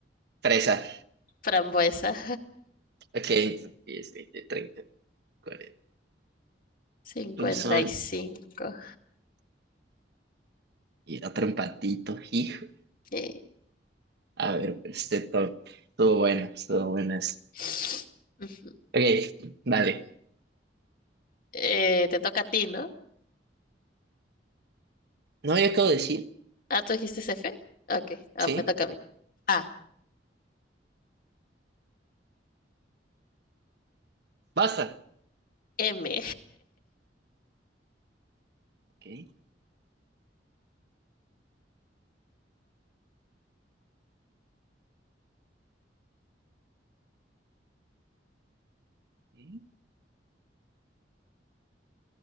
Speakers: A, on the right; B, on the left.
A: fresa.
B: frambuesa.
A: Ok. Entonces, diez veinte treinta cuarenta
B: <laughs> 55.
A: Son. Y otro empatito, hijo.
B: Eh,
A: A ver, pues, este top. Estuvo bueno, estuvo buenas.
B: <sniffs> ujú.
A: Ok, dale.
B: Eh, te toca a ti, ¿no?
A: No, yo acabo de decir.
B: Ah, ¿tú dijiste F? Ok, ah,
A: Sí.
B: me toca a mí. A,
A: Basta.
B: M. <laughs>
A: Ok. Ok.